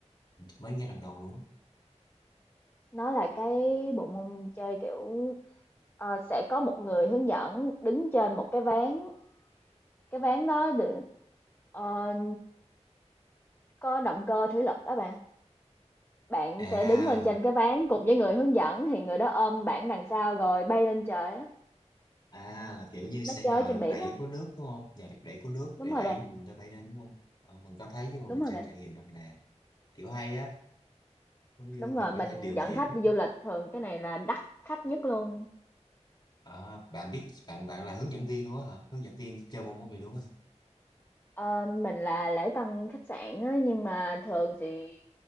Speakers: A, on the left (about 40°); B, on the left (about 20°).
A: mới nghe lần đầu luôn á.
B: Nó là cái bộ môn chơi, kiểu, ờ, sẽ có một người hướng dẫn đứng trên một cái ván, cái ván đó được, ờ, có động cơ thủy lực đó bạn. Bạn
A: à
B: sẽ đứng lên trên cái ván cùng với người hướng dẫn, thì người đó ôm bạn đằng sau rồi bay lên trời á,
A: à là kiểu như sẽ
B: nó chơi
A: nhờ
B: trên
A: lực
B: biển
A: đẩy
B: á.
A: của nước đúng không nhờ lực đẩy của nước
B: Đúng
A: để
B: rồi
A: đẩy
B: bạn,
A: mình ra bay lên đúng không Ờ, mình có thấy nhưng mà
B: đúng
A: mình
B: rồi
A: chưa
B: bạn,
A: trải nghiệm lần nào kiểu hay á cũng như
B: đúng
A: mình
B: rồi,
A: có
B: mình
A: thể điều
B: dẫn
A: khiển
B: khách đi du
A: một-
B: lịch thường cái này là đắt khách nhất luôn.
A: Ờ, bạn biết bạn bạn là hướng dẫn viên luôn á hả hướng dẫn viên chơi bộ môn này luôn á hả?
B: Ờ, mình là lễ tân khách sạn á, nhưng mà thường thì